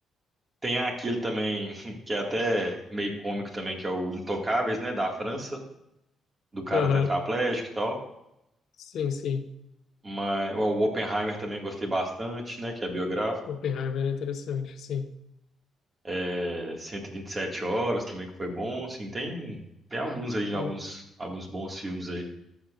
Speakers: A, on the right; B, on the left.
A: tem aquele também <laughs> que é até meio cômico também, que é o Intocáveis, né, da França, do cara
B: aham,
A: tetraplégico e tal.
B: sim, sim.
A: Mas ó, o Oppenheimer também gostei bastante, né, que é biográfico.
B: Oppenheimer é interessante, sim.
A: É, 127 horas também que foi bom, assim, tem tem alguns aí, alguns
B: Hum,
A: alguns bons filmes aí.